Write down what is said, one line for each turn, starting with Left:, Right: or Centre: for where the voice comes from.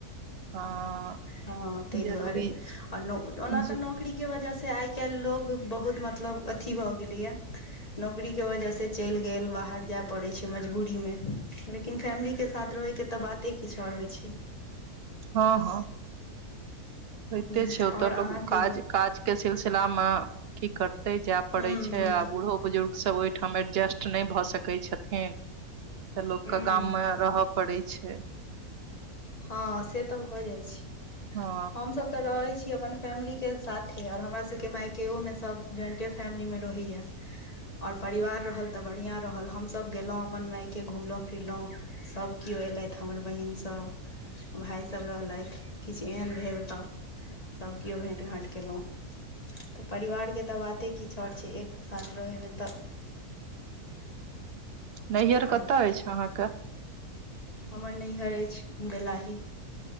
Right: हँ
Left: हँ ताहि
Right: जरूरी
Left: दुआरे आओर
Right: छै।
Left: ओना
Right: जी
Left: तऽ नौक बकरी के वजह से आइ काल्हि लोग बहुत मतलब अथी भऽ गेलैया नौकरी के वजह से चलि गेल बाहर जाय पड़े छै मजबूरी मे लिन फैमिलीक के साथ रहैके तऽ बाते किछु आओर होइ छै
Right: हँ हँ होइते
Left: ह
Right: छै ओतऽ
Left: आओर अहाँ
Right: लोकोग काज
Left: कहियौ
Right: काज के सिलसिला मे की करते जाय पड़े
Left: हूं
Right: छै
Left: हूं
Right: आ बूढ़ो बुजुर्गसभ ओहिठाम एडजस्ट नहि भऽ सकै छथिन तऽ लोकके
Left: हूं
Right: गाममे
Left: हूं
Right: रहय पड़ैत छै
Left: हँ से तऽ भऽ जाइ छै
Right: हँ
Left: हमसभ तऽ रहै छी अपन फैमिलीके साथे आओर हमरा सभके मायकेोमे सभ ज्वाइंटे फैमिलीमे रहैया और परिवार रहल तऽ बढ़िया रहल हमसभ गेलहुं अपन माय के घुमलहुँ फिरलहुँ सभ केओ एयलथि हमर बहिन सब भायसभ रहलथि किछु एहन भेल तऽ सभ केओ भेँट घाँट कयलहुँ तऽ परिवारके तऽ बाते की छ आओर छै एक साथ रहैमे तऽ
Right: नैईहरर
Left: आओर
Right: कतय अछि अहाँके
Left: हमर नैहर अछि गैलाही